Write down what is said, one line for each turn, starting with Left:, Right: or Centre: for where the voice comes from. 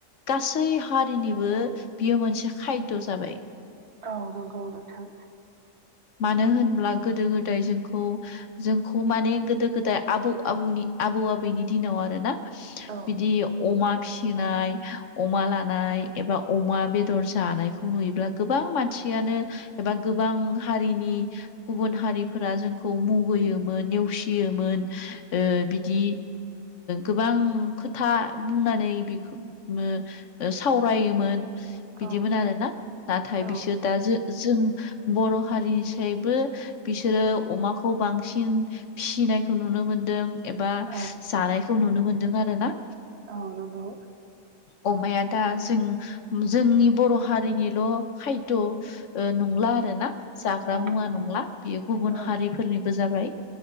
Left: गासै हारिनिबो बेयो मोनसे खायद' जाबाय
Right: औ नंगौ नोंथां
Left: मानो होनब्ला गोदो गोदाय जोंखौ जोंखौ माने गोदो गोदाय आबौ आबनि आबौ आबैनि दिनाव आरोना
Right: औ
Left: बिदि अमा फिसि फि फिसिनाय अमा लानाय एबा अमा बेदर जानायखौ नुयोब्ला गोबां मानसिया एबा गोबां हारिनि गुबुन हारिफोरा जोंखौ मुगैयोमोन नेवसियोमोन बिदि गोबां खोथा बुंनानै बेखौनो सावरायोमोन बिदिमोन
Right: औ
Left: आरोना नाथाय
Right: औ
Left: बिसोर दा जों जों बर' हारिनिसायबो बिसोरो अमाखौ बांसिन फिसिनायखौ नुनो मोनदों एबा
Right: औ
Left: जानायखौ नुनो मोनदों आरो ना
Right: औ नंगौ
Left: अमाया दा जों जोंनि बर' हारिनिल' खायद' नंला आरोना जाग्रा
Right: औ
Left: मुवा नंला बेयो गुबुन
Right: औ
Left: हारिफोरनिबो जाबाय